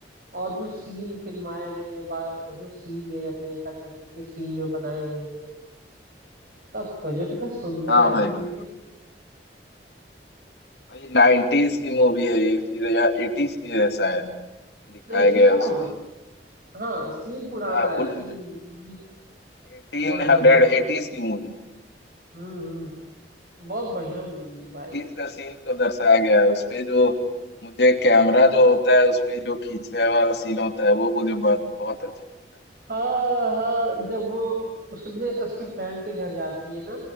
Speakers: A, on the right; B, on the left.
A: और जो सीन फिल्माए गए हैं बार जो सीन दिए जाते हैं कट कट करके सीन जो बनाए गए हैं तब का जो कितना सुंदर
B: हाँ
A: है
B: भाई
A: ब्यूटीफुल
B: बिल्कुल
A: है
B: भाई नाइन्टीज की मूवी है ये फिर या एटीज की है शायद दिखाया
A: नहीं सीतारामम
B: गया है उसपे
A: हाँ सीन पुराना
B: हाँ
A: है
B: उन
A: सीन मूवी
B: एटीन
A: बहुत बढ़िया
B: हंड्रेड एटीज की मूवी
A: हम्म हम्म बहुत बढ़िया मूवी है भाई
B: एटीज का सीन को दर्शाया गया है उसपे जो मुझे कैमरा जो होता है उसपे जो खींचने वाला सीन होता है वो मुझे बहुत बहुत अच्छा लगता है
A: हाँ हाँ जब वो उसके अपने उसके फ्रेंड के घर जाती है ना